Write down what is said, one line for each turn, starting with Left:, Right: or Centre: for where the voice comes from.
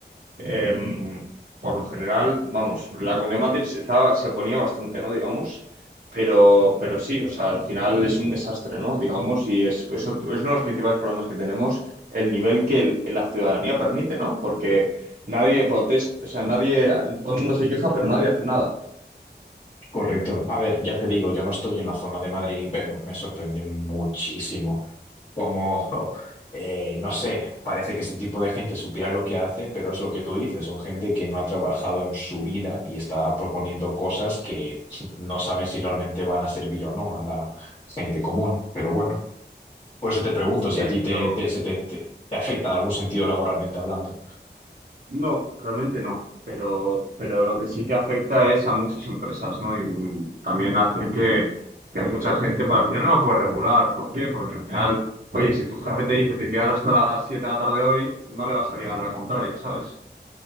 Right: Eh, por lo general, vamos, la Comunidad de Madrid se estaba, se oponía bastante, ¿no? Digamos, pero, pero sí, o sea, al final es un desastre, ¿no? Digamos, y es, eso es uno de los principales problemas que tenemos, el nivel que el- la ciudadanía permite, ¿no? Porque nadie protesta, o sea, nadie, todo el mundo se queja, pero nadie hace nada.
Left: Correcto. A ver, ya te digo, yo no estoy en la zona de Madrid, pero me sorprende muchísimo cómo, <laughs> eh, no sé, parece que este tipo de gente supiera lo que hace, pero es lo que tú dices, son gente que no ha trabajado en su vida y está proponiendo cosas que <laughs> no saben si realmente van a servir o no a la gente común, pero bueno. Por eso te pregunto
Right: Sí,
Left: si a ti te,
Right: pero
Left: te, se te, te- te afecta en algún sentido laboralmente hablando.
Right: No, realmente no. Pero, pero lo que sí que afecta es a muchas empresas, ¿no? Y mm, también hace que, que mucha gente para el final no lo puede regular. ¿Por qué? Porque al final, oye, si tu jefe te dice te quedas hasta las 7 de la tarde hoy, no le vas a ligar la contraria, ¿sabes?